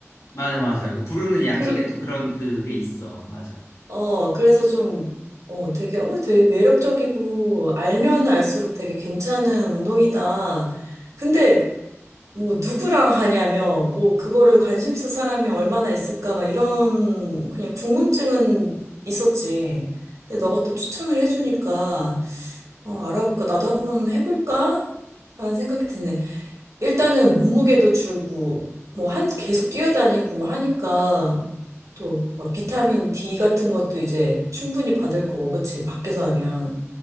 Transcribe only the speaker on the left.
맞아, 맞아. 그 부르는 양식에
또 그런 그게 있어. 맞아.